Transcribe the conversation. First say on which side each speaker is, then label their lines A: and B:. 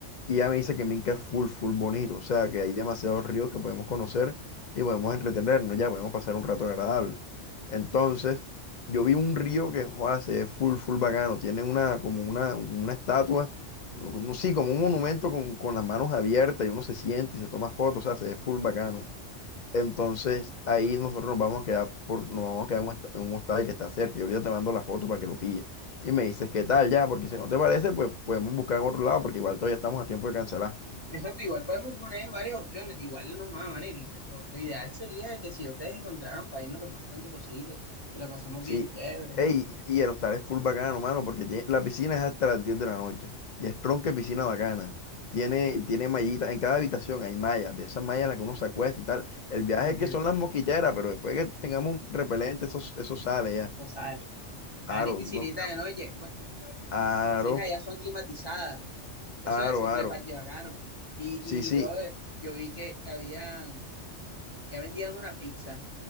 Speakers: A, on the left; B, on the left.
A: Y ella me dice que Minca es full, full bonito, o sea, que hay demasiados ríos que podemos conocer y podemos entretenernos, ya podemos pasar un rato agradable. Entonces, yo vi un río que, joder, se ve full, full bacano, tiene una, como una, una estatua, no, no, sí, como un monumento con, con las manos abiertas y uno se siente y se toma fotos, o sea, se ve full bacano. Entonces ahí nosotros nos vamos a quedar por, nos vamos a quedar en un, hostal- en un hostal que está cerca. Y ahorita te mando la foto para que lo pilles. Y me dices qué tal ya, porque si no te parece, pues podemos buscar en otro lado, porque igual todavía estamos a tiempo de cancelar.
B: Exacto, igual podemos poner varias opciones, igual no nos van a amar, y Lo, lo ideal sería que si ustedes encontraran para irnos lo más pronto posible, que la pasemos
A: Sí.
B: bien chévere.
A: Ey, y el hostal es full bacano, mano, porque tiene- la piscina es hasta las 10 de la noche. Y es tronque piscina bacana. Tiene, tiene mallitas, en cada habitación hay mallas, de esas mallas en las que uno se acuesta y tal. El viaje
B: Ah,
A: es
B: que
A: que son las mosquiteras, pero después que tengamos repelente, eso, eso sale ya.
B: No sale. Hagan
A: Aro,
B: y piscinita
A: no quedamos.
B: de noche. Bueno, yo, yo había visto
A: Aro.
B: que las piscinas allá son climatizadas. Eso
A: Aro,
B: es el
A: aro.
B: parche bacano. Y,
A: Sí,
B: y,
A: sí,
B: brother, yo vi que, que habían, que, que allá vendían una pizza